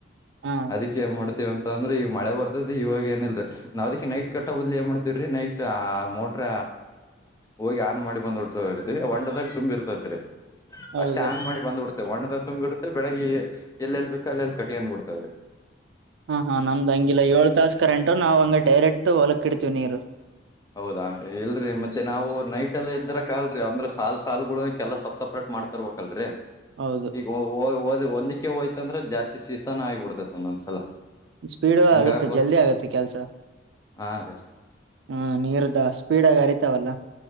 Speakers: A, on the right (about 70°); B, on the left (about 20°).
A: ಹಾ
B: ಅದಿ ಏನ್ ಮಾಡ್ತತಿವ ಅಂತ ಅಂದ್ರೆ ಈಗ ಮಳೆ ಬರ್ತದದೆ ಇವಾಗ ಏನಲ್ ನಾವ್ ಅದಕ್ಕೆ ನೈಟ್ ಕಟ್ಟ ಬದಲಿ ಏನ್ ಮಾಡ್ತತಿವ ನೈಟ್ ಆ ಮೋಟ್ರ ಹೋಗಿ ಆನ್ ಮಾಡಿ ಬಂದ್ ಉಟ ಇರ್ತರಿ ಒಂಡದಾಗ ಸುಂಬಿ ಇರ್ತೈತ್ರಿ
A: ಹೌದು
B: ಅಷ್ಟೇ ಆನ್ ಮಾಡಿ ಬಂದ್ಬಿಡ್ತವೆ ಒಣ್ಣದ ತುಂಬಿ ಇರುತ್ತೆ ಬೆಳಿಗ್ಗೆ ಎಲ್ಲೆಲ್ ಬೇಕಾ ಅಲ್ಲೆಲ್ಲಿ ಕಟಿಯನ್ ಬಿಡ್ತಾವ್ರೀ
A: ಹಾ ಹಾ ನಮ್ದ್ ಹಂಗಿಲ್ಲ ಏಳ್ ತಾಸ ಕರೆಂಟು ನಾವ್ ಹಂಗ ಡೈರೆಕ್ಟ್ ಹೊಲಕ್ ಇಡ್ತೀವಿ ನೀರು
B: ಹೌದಾ ಇಲ್ರಿ ಮತ್ತೆ ನಾವು ನೈಟ್ ಎಲ್ಲ ಇದ್ರಕ ಅಲ್ರಿ ಅಂದ್ರೆ ಸಾಲ್ ಸಾಲ್ಗಳಕ ಎಲ್ಲ ಸಪ್ ಸಪ್ರೇಟ್ ಮಾಡ್ತರ್ಬೇಕಲ್ರರಿ
A: ಹೌದು
B: ಈಗ್ ಒಂದಕ್ಕೆ ಹೋಯ್ತಂದ್ರೆ ಜಾಸ್ತಿ ಶಿಸ್ತಾನ ಆಗಿಬಿಡ್ತತಿ ಒಂದೊಂದ್ಸಲ
A: ಸ್ಪೀಡು
B: ಹಂಗ
A: ಆಗತ್ತೆ
B: ಆಗ್ಬಾರ್ದ
A: ಜಲ್ದಿ ಆಗತ್ತೆ ಕೆಲ್ಸ
B: ಹಾ ರೀ
A: ಹಾ ನೀರುದ ಸ್ಪೀಡ್ ಆಗ ಅರಿತಾವಲ್ಲ